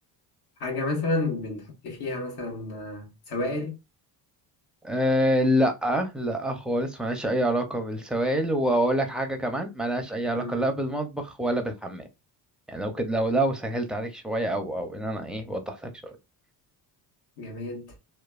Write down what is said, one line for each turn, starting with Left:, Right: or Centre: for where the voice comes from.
Left: حاجة مثلا بنحط فيها مثلا آه، سوائل
Centre: أه لا لا خالص ملهاش اي علاقة بالسوائل واقول لك حاجة كمان ملهاش اي علاقة
Left: مم.
Centre: لا بالمطبخ ولا بالحمام يعني لو كده لو لو سهلت عليك شوية او او ان انا ايه وضحت لك شوية
Left: جماد